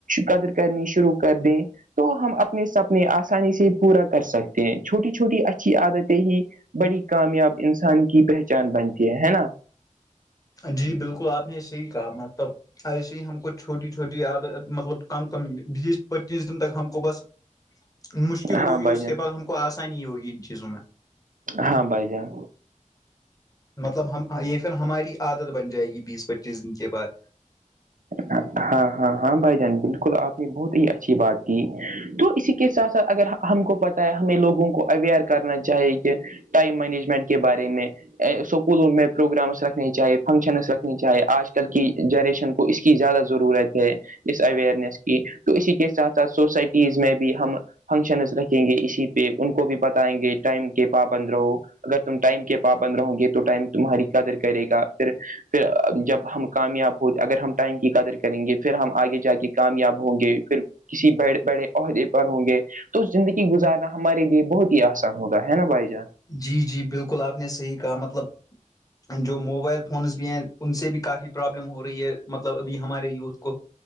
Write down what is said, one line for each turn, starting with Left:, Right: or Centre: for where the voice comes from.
Right: قدر کرنی شروع کر دیں تو ہم اپنے سپنے آسانی سے پورا کر سکتے ہیں چھوٹی چھوٹی اچھی عادتیں ہی بڑی کامیاب انسان کی پہچان بنتی ہے نا
Left: جی بالکل آپ نے صحیح کہا مطلب ایسے ہی ہم کو چھوٹی چھوٹی عادت مطلب کمم بیس پچیس دن تک ہم کو بس مشکل
Right: ہاں
Left: ہوگی
Right: بھائی
Left: اس
Right: جان
Left: کے بعد ہم کو آسانی ہوگی ان چیزوں میں
Right: ہاں بھائی جان
Left: مطلب ہم یہ پھر ہماری عادت بن جائے گی بیس پچیس دن کے بعد
Right: ہاں ہاں ہاں بھائی جان بالکل آپ نے بہت ہی اچھی بات کی تو اسی کے ساتھ ساتھ اگر ہم کو پتاہ ہے ہمیں لوگوں کو اویئر کرنا چاہیے کہ ٹائم مینجمنٹ کے بارے میں اسکولوں میں پروگرامس رکھنے چاہیے فنکشنس رکھنی چاہیے آج کل کی جنریشن اس کی زیادہ ضرورت ہے اس اوئیرنیس کی تو اسی کے ساتھ ساتھ سوسائٹیز میں بھی ہم فنکشنز رکھیں گے اسی پہ ان کو بھی بتائیں گے ٹائم کے پابند رہو اگر تم ٹائم کے پابند رہو گے تو ٹائم تمہاری قدر کرے گا پھر پھر جب ہم کامیاب ہو اگر ہم ٹائم کی قدر کریں گے پھر ہم آگے جا کے کامیاب ہوں گے پھر کسی بڑے بڑے عہدے پر ہوں گے تو زندگی گزارنا ہمارے لیے بہت ہی آسان ہوتا ہے نا بھائی جان
Left: جی جی بالکل آپ نے صحیح کہا مطلب جو موبائل فونس بھی ہیں ان سے بھی کافی پرابلم ہو رہی ہے مطلب ابھی ہمارے یوتھ کو